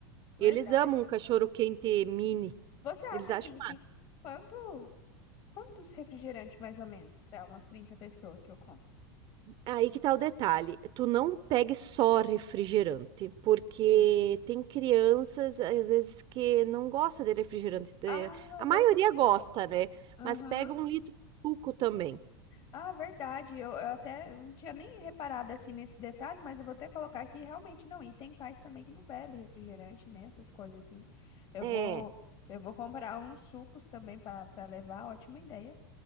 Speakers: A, on the right; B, on the left.
A: Eles
B: verdade.
A: amam um cachorro quente mini.
B: Você acha,
A: Eles acham
B: assim,
A: massa.
B: que quanto. Quantos refrigerantes, mais ou menos, para umas 30 pessoas que eu compro?
A: Aí que tá o detalhe. Tu não pegue só refrigerante, porque
B: Ah,
A: tem crianças, às vezes, que não gosta de refrigerante. É,
B: Ah,
A: A maioria
B: verdade.
A: gosta, né?
B: Aham.
A: Mas pega um litro de suco também.
B: Ah, verdade. Eu, eu até não tinha nem reparado assim nesse detalhe, mas eu vou até colocar aqui realmente não. E tem pais também que não bebe refrigerante, né? Essas coisas assim. Eu
A: É.
B: vou, eu vou comprar uns sucos também para para levar. Ótima ideia.